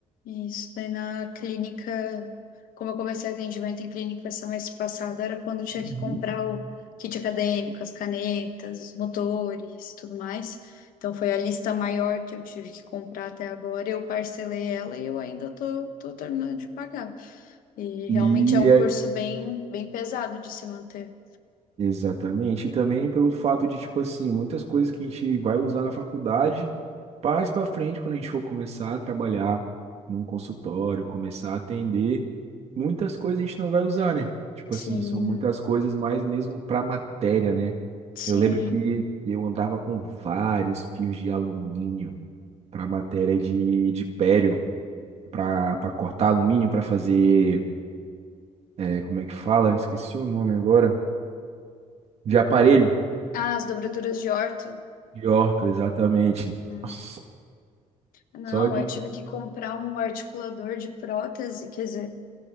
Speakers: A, on the left; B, on the right.
A: Isso, daí na clínica, como eu comecei atendimento em clínica semestre passado, era quando eu tinha que
B: Uhum.
A: comprar o kit acadêmico, as canetas, os motores e tudo mais. Então foi a lista maior que eu tive que comprar até agora. Eu parcelei ela e eu ainda tô, tô terminando de pagar. E realmente
B: E
A: é um curso bem, bem pesado de se manter.
B: Exatamente. E também pelo fato de, tipo assim, muitas coisas que a gente vai usar na faculdade, mais para frente, quando a gente for começar a trabalhar num consultório, começar a atender, muitas coisas a gente não vai usar, né? Tipo
A: Sim,
B: assim, são muitas coisas mais mesmo para matéria, né?
A: sim.
B: Eu lembro que eu andava com vários fios de alumínio para matéria de, de pério, para para cortar alumínio, para fazer, é, como é que fala? Esqueci o nome agora, de aparelho.
A: Ah, as dobraduras de orto.
B: De Horto, exatamente.
A: hum,
B: Nossa,
A: Não,
B: Só de.
A: eu tive que comprar um articulador de prótese, quer dizer,